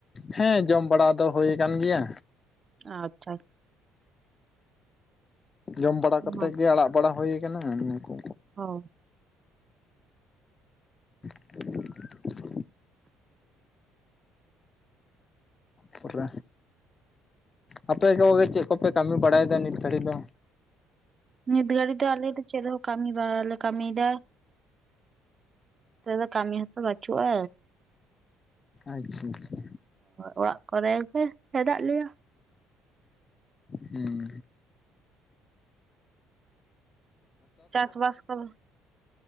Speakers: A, on the left (about 35°); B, on the right (about 35°).
A: ᱦᱮᱸ ᱡᱚᱢ ᱵᱟᱲᱟ ᱫᱚ ᱦᱳᱭ ᱠᱟᱱ ᱜᱮᱭᱟ᱾
B: ᱟᱪᱪᱷᱟ ᱟᱪᱪᱷᱟ
A: ᱡᱚᱢ ᱵᱟᱲᱟ ᱠᱟᱛᱮᱜ
B: ᱦᱚᱸ
A: ᱜᱮ ᱟᱲᱟᱜ ᱵᱟᱲᱟ ᱦᱳᱭ ᱠᱟᱱᱟ, ᱱᱩᱝᱠᱩ
B: ᱚ
A: <unintelligible> ᱯᱚᱨᱮ ᱟᱯᱮ ᱠᱚᱜᱮ ᱪᱮᱫ ᱠᱚᱯᱮ ᱠᱟᱹᱢᱤ ᱵᱟᱲᱟᱭ ᱫᱟ ᱱᱤᱛ ᱜᱷᱟᱹᱲᱤ ᱫᱚ?
B: ᱱᱤᱛ ᱜᱷᱟᱹᱲᱤ ᱫᱚ ᱟᱞᱮ ᱫᱚ ᱪᱮᱫ ᱦᱚᱸ ᱠᱟᱹᱢᱤ ᱵᱟ-ᱞᱮ ᱠᱟᱹᱢᱤ ᱫᱟ᱾ ᱱᱟᱛᱮ ᱫᱚ ᱠᱟᱹᱢᱤ ᱦᱚᱸᱛᱚ ᱵᱟᱪᱩᱜᱼᱟ᱾
A: ᱟᱪᱪᱷᱟ ᱟᱪᱪᱷᱟ
B: ᱚᱲᱟᱜ ᱠᱚᱨᱮ ᱜᱮ ᱦᱮᱰᱟᱜ ᱞᱮᱭᱟ᱾
A: ᱦᱮᱸ
B: ᱪᱟᱥ ᱵᱟᱥ ᱠᱚᱫᱚ,